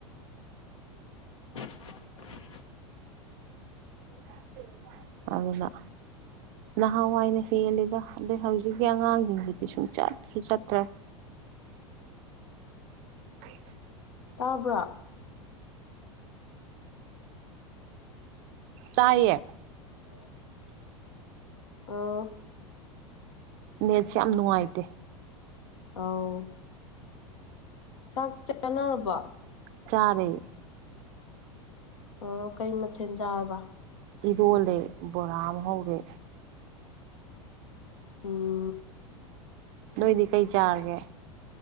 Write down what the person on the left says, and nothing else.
<inaudible>
ꯇꯥꯕ꯭ꯔꯥ
ꯑꯣ ꯑꯥ
ꯑꯥꯎ ꯆꯥꯛ ꯆꯥꯅꯔꯕꯣ
ꯑꯣ ꯀꯩ ꯃꯊꯦꯜ ꯆꯥꯔꯕ
ꯎꯝ